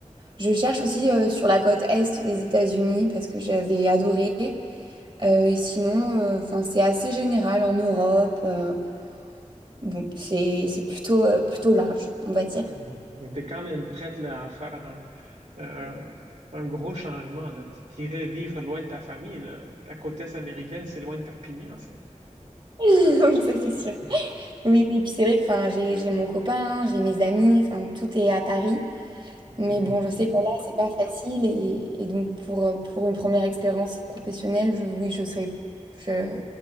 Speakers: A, on the right; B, on the right.
A: je cherche aussi euh, sur la côte est des États-Unis parce que j'avais adoré. Euh, et sinon, euh, enfin, c'est assez général en Europe. euh, Bon, c'est c'est plutôt, euh, plutôt large, on va dire.
B: Hmm, Donc, tu es quand même prête là, à faire un, euh, un gros changement, là. Tu irais vivre loin de ta famille, là. La côte est américaine, c'est loin de Perpignan, ça.
A: <laughs> Oui, ça c'est sûr.
B: <laughs>
A: Oui, oui, puis c'est vrai que enfin, j'ai, j'ai mon copain, j'ai mes amis, enfin, tout est à Paris.
B: Mhm,
A: Mais bon, je sais
B: Oui,
A: que là, c'est pas facile. Et, et donc, pour, euh, pour une première expérience professionnelle, je, oui, je serais. Je,